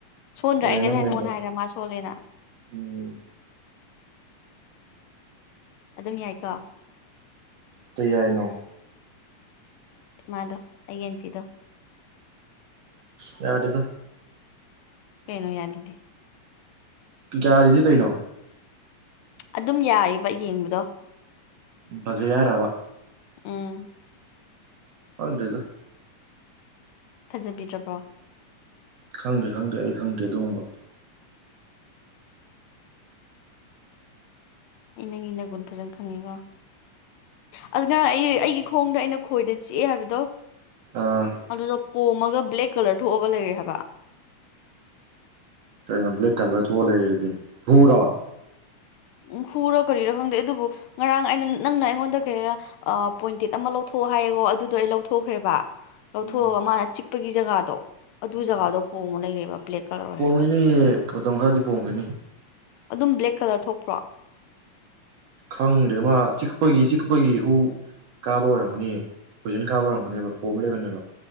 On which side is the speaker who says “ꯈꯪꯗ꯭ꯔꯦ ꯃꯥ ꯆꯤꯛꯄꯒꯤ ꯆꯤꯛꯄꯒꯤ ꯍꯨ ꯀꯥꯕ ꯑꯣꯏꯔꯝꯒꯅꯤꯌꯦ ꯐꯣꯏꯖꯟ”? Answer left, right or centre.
Right